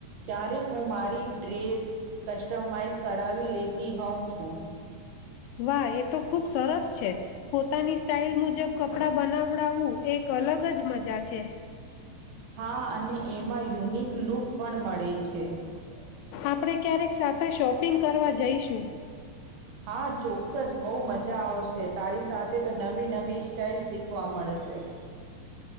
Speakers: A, on the right; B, on the left.
A: ક્યારે હું મારી ડ્રેસ કસ્ટમાઈઝ કરાવી લેતી હોઉં છુ
B: વાહ એ તો ખુબ સરસ છે પોતાની સ્ટાઈલ મુજબ કપડા બનાવડાવું એક અલગ જ મજા છે.
A: હા અને એમાં યુનિક લુક પણ મળે છે. છે.
B: આપણે ક્યારેક સાથે શોપિંગ કરવા જઈશું.
A: હા ચોક્કસ બહુ મજા આવશે તારી સાથે તો નવીન નવી સ્ટાઇલ શીખવા મળશે.